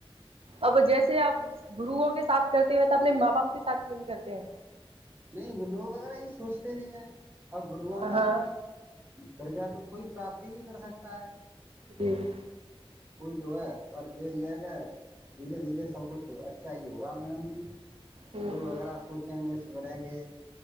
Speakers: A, on the right; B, on the right.
A: اب جیسے آپ گرو کے ساتھ کرتے ویسے اپنے ماں باپ کےاتھ کیوں نہیں کرتے ہیں
B: نہیں وہ لوگ وغیرہ یہ سوچتے نہیں ہیں ا گروں
A: ہاں
B: کا
A: ہاں
B: گرجہ تو کوئی پراپت ہی نہیں کر سکتا ہے
A: جی
B: کوئی تو ہے پر ج یہ کہ دھیرے دھیرے سب کچھ ہو اچھا ہی ہوگا میڈم جی
A: ہ
B: دو اغیرہ سوچیں گے سدھریں گے